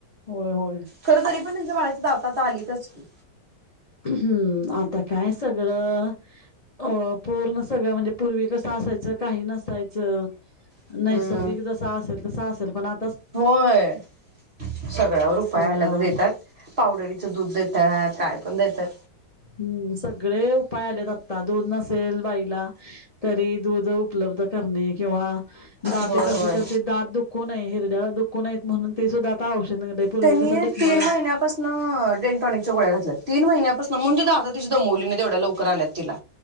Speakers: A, on the left; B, on the right.
A: होय होय
B: खर तरी पण त्यांच्या बाळाच्या दातात आलीतच की.
A: हम्म आता काय सगळं अ पूर्ण सगळं म्हणजे पूर्वी कसं असायचं काही नसायचं
B: हम्म
A: नैसर्गिक जसा असेल तसं असेल पण आ
B: होय सगळ्यावर उपाय
A: सगळ्यावर
B: आल्या तर देतात पावडरीचं दूध देतात काय पण देतात
A: हम्म सगळे उपाय आलेत आत्ता दोन नसेल बाईला तरी दूध उपलब्ध करणे किंवा दात
B: होय
A: येत असले
B: होय.
A: तर ते दात दुःखो नाही हिरड्या दुःखो नाहीत म्हणून ते सुद्धा तवश निगडे पूर्वी
B: त्यांनी
A: कसं डिकमलला
B: तीन महिन्यापासून डेंटॉनिकच्या गोळ्या घातल्या ती महिन्यापासून मग तिथा आता तिशी दमवली नाही तेवढ्या लवकर आल्यात तिला